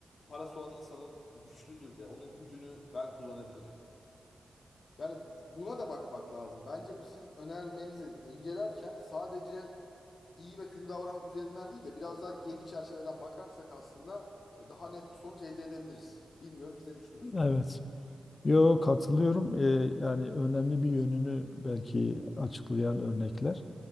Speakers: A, on the left; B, on the left.
A: parası olan insanın güçlüdür de onun gücünü ben kullanabilirim. Yani buna da bakmak lazım. Bence bu sizin önermenizi incelerken sadece iyi ve kötü davranmak üzerinden değil de biraz daha geniş çerçeveden bakarsak aslında e, daha net bir sonuç elde edebiliriz. Bilmiyorum siz ne düşünüyorsunuz?
B: Evet. Yo katılıyorum. Ee, yani önemli bir yönünü belki açıklayan örnekler.